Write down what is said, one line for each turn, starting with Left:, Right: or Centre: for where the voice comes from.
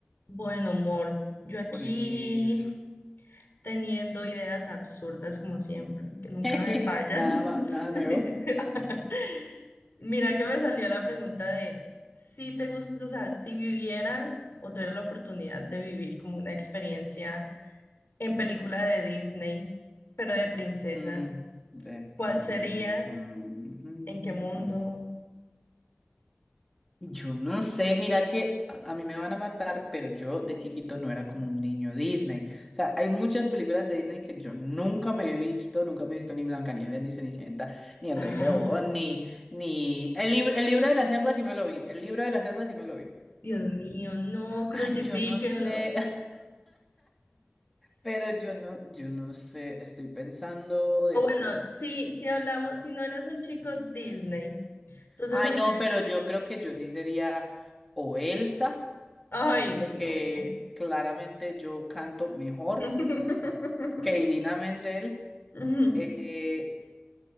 Left: Bueno, amor, yo aquí
Centre: Olis.
Left: teniendo ideas absurdas como siempre, que nunca
Centre: <laughs>
Left: me fallan.
Centre: Nada
Left: <laughs>
Centre: más, nada nuevo.
Left: Mira que me salió la pregunta de si te gusta, o sea, si vivieras o tuvieras la oportunidad de vivir como una experiencia en película de Disney, pero de princesas,
Centre: Mm, de-
Left: ¿cuál
Centre: mm,
Left: serías?
Centre: mm, mm, mm,
Left: ¿En qué mundo?
Centre: mm. Yo no sé, mira que a, a mí me van a matar, pero yo de chiquito no era como un niño Disney. O sea, hay muchas películas de Disney que yo nunca me he visto, nunca me he visto ni Blancanieves, ni Cenicienta, ni El
Left: Ah,
Centre: Rey León, ni, ni... El libro, el libro de la selva sí me lo vi, el libro de la selva sí me lo vi.
Left: Dios mío, no, crucifíquenlo.
Centre: Ay, yo no sé. Pero yo no, yo no sé, estoy pensando de
Left: O bueno,
Centre: pronto.
Left: si, si hablamos, si no eras un chico Disney, entonces
Centre: Ay,
Left: hablé.
Centre: no, pero yo creo que yo sí sería o Elsa,
Left: Ay,
Centre: porque
Left: no.
Centre: claramente yo canto mejor
Left: <laughs>
Centre: que Idina Menzel.
Left: Ujú,
Centre: eh,